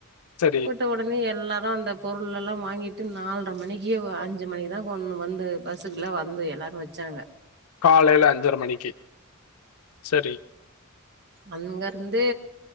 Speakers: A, on the left; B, on the right.
A: சரி.
B: விட்டவுடனே எல்லாரு அந்த பொருள் எல்லா வாங்கிட்டு நால்ர மணிக்கி அ அஞ்சு மணிக்குதா கொண்டு வந்து பஸ்ஸுக்குள்ள வந்து எல்லாரு வச்சாங்க
A: காலேல அஞ்சரை மணிக்கு சரி
B: அங்க இருந்து